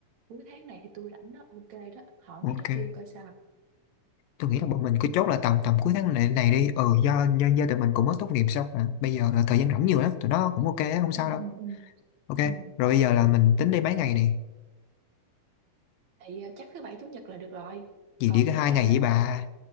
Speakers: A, on the right; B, on the left.
A: cuối tháng này thì tôi rảnh đó ok đó hỏi
B: Ok,
A: mấy đứa kia coi sao
B: tôi nghĩ
A: ừ,
B: là bọn mình cứ chốt là tầm tầm cuối tháng này này đi. Ừ, do do do tụi mình cũng mới tốt nghiệp xong mà. Bây giờ là thời gian rảnh nhiều lắm, tụi nó cũng ok, á, không sao
A: ừ, ừ,
B: đâu.
A: ừ.
B: Ok,
A: ừ.
B: rồi bây giờ là mình tính đi mấy ngày này.
A: Thì ờ, chắc thứ bảy chủ nhật là được rồi
B: gì
A: còn
B: đi có
A: nếu
B: hai
A: mà
B: ngày vậy bà.